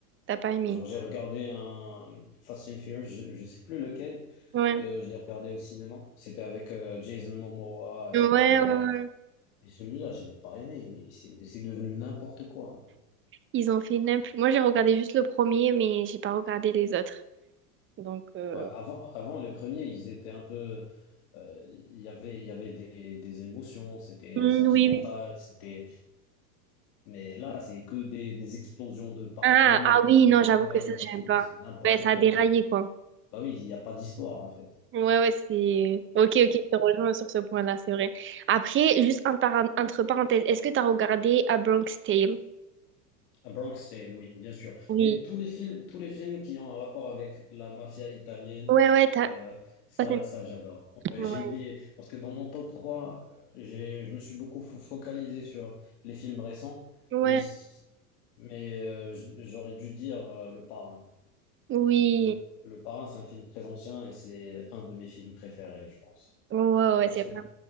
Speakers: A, on the right; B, on the left.
A: t'as pas aimé.
B: Genre, j'ai regardé un Fast and Furious, je, je sais plus lequel.
A: Ouais.
B: Euh, je l'ai regardé au cinéma. C'était avec euh, Jason Momoa
A: Ouais,
B: et
A: ouais,
B: The Rock.
A: ouais.
B: Et celui-là, je l'ai pas aimé, mais c'est c'est devenu n'importe quoi. hein.
A: Ils ont fait n'importe... Moi, j'ai regardé juste le premier, mais j'ai pas regardé les autres. Donc, euh,
B: Ouais, avant, avant, les premiers, ils étaient un peu. euh, Il y avait, il y avait des, des émotions, c'était
A: hmm,
B: sentimental,
A: oui, oui.
B: c'était. Mais là, c'est que des, des explosions de partout,
A: Ah, ah oui,
B: euh, des
A: non,
B: combats
A: j'avoue que ça,
B: de partout,
A: j'aime pas.
B: c'est n'importe
A: Ouais, ça a
B: quoi.
A: déraillé, quoi.
B: Bah oui, il n'y a pas d'histoire, en fait.
A: Ouais, ouais, c'est... Ok, ok, je te rejoins sur ce point-là, c'est vrai. Après, juste en par- entre parenthèses, est-ce que t'as regardé A Bronx Tale?
B: À Bronx Tale, oui, bien sûr.
A: Oui.
B: Mais tous les films, tous les films qui ont un rapport avec la mafia italienne,
A: Ouais, ouais, t'as...
B: euh, ça,
A: ça, c'est-
B: ça j'adore. Ouais,
A: Ouais.
B: j'ai oublié, parce que dans mon top 3, euh, j'ai, je me suis beaucoup fo- focalisé sur les films récents,
A: Ouais.
B: mais, si- mais euh, j- j'aurais dû dire euh, Le Parrain.
A: Oui.
B: Le, Le Parrain, c'est un film très ancien et c'est un de mes films préférés, je pense.
A: Ouais, ouais, ouais,
B: Parce
A: c'est
B: que
A: vrai.